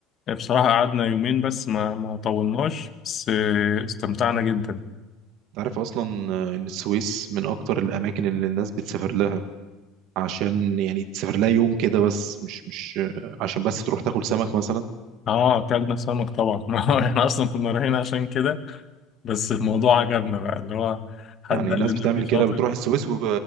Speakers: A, on the left; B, on the right.
A: بصراحة قعدنا يومين بس ما ما طولناش بس آه، استمتعنا جدا
B: انت عارف اصلا آه، ان السويس من اكتر الاماكن اللي الناس بتسافر لها عشان يعني تسافر لها يوم كده بس مش مش عشان بس تروح تاكل سمك مثلا
A: اه اكلنا سمك طبعا <laughs> ما هو احنا اصلا كنا رايحين عشان كده بس الموضوع عجبنا بقى اللي هو حد
B: يعني
A: قال
B: الناس
A: لنا
B: بتعمل
A: في شاطئ
B: كده بتروح السويس و-